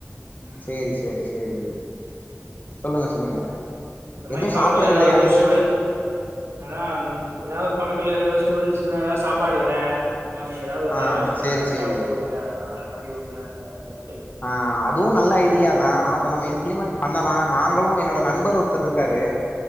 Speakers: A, on the right (about 60°); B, on the left (about 35°).
A: ம்
B: சேரி சேரி சேரி சொல்லுங்க சொல்லுங்க
A: இந்த மாரி
B: எதுவு
A: பக்கத்துல
B: சாப்பிடவில்லையா
A: ஏதாவது ஒரு
B: இன்னியு
A: ஸ்டூடண் அதா ஏதாவ்து பக்கத்துல இருக்கற ஸ்டூடெண்ட்ஸ்னா ஏதாவ்து சாப்பாடு கட ஆ ஏதாவது ஒரு
B: ஆ
A: கடை வச்சோம்னா
B: சேரி
A: கரெக்டா
B: சேரி
A: ஓடும்ல அந்த மாரி ஒரு பின்ன
B: அ அதுவும் நல்ல ஐ டியாதான் அதை நம்ம இம்ப்ளிமெண்ட்
A: ம்
B: பண்ணலாம் நாங்களும் என்னோட நண்பர் ஒருத்தர் இருக்காரு